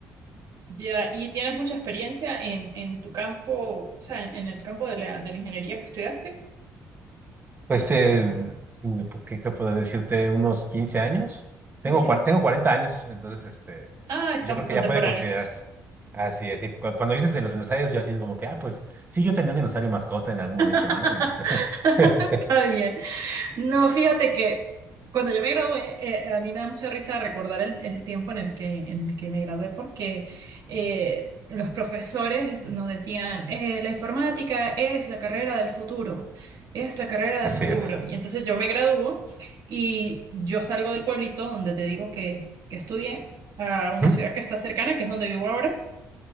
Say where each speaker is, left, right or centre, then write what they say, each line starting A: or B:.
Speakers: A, on the right (about 65°); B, on the right (about 25°).
A: Ya, ¿y tienes mucha experiencia en, en tu campo, o sea, en, en el campo de la, de la ingeniería que estudiaste?
B: Pues, eh, mm, ¿qué, qué puedo decirte? Unos 15 años. Tengo,
A: Ok.
B: cua- tengo 40 años, entonces este,
A: Ah, estamos
B: pues yo creo que
A: contemporáneos.
B: ya puede considerarse. Así es, y cu- cuando dices de los dinosaurios, yo así como que, ah, pues sí, yo tenía un dinosaurio mascota en algún momento,
A: <laughs>
B: ¿no? Este, <laughs>
A: Está bien. No, fíjate que cuando yo me gradué, eh, a mí me da mucha risa recordar el, el tiempo en el que, en el que me gradué porque eh, los profesores nos decían, eh, la informática es la carrera del futuro, es la carrera
B: así
A: del futuro.
B: es.
A: Y entonces yo me gradúo y yo salgo del pueblito donde te digo que, que estudié a una
B: ¿Mm?
A: ciudad que está cercana, que es donde vivo ahora